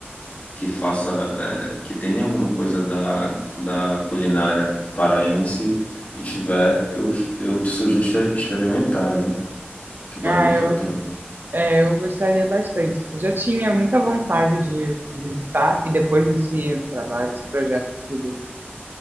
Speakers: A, on the left (about 40°); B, on the right (about 55°).
A: que faça, eh, que tenha alguma coisa da, da culinária paraense e tiver, eu, eu te sugiro exper- experimentar, viu? Que vale
B: Ah,
A: muito
B: eu
A: a pena.
B: É, eu gostaria bastante. Eu já tinha muita vontade de, de visitar, e depois desse trabalho, desse projeto aqui do,